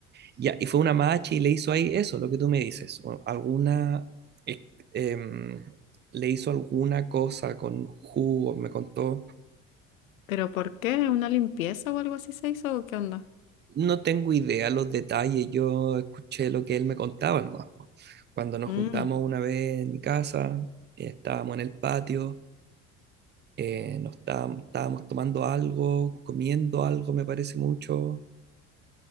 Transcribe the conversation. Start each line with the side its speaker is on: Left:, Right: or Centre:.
Right: Ya, y fue una machi y le hizo ahí eso, lo que tú me dices. o alguna. eh, em, le hizo alguna cosa con jugo, me contó
Left: ¿Pero por qué? ¿Una limpieza o algo así se hizo o qué onda?
Right: No tengo idea los detalles, yo escuché lo que él me contaba nomás. po. Cuando nos
Left: Mm,
Right: juntamos una vez en mi casa, eh, estábamos en el patio, eh, nos estábamos, estábamos tomando algo, comiendo algo, me parece mucho,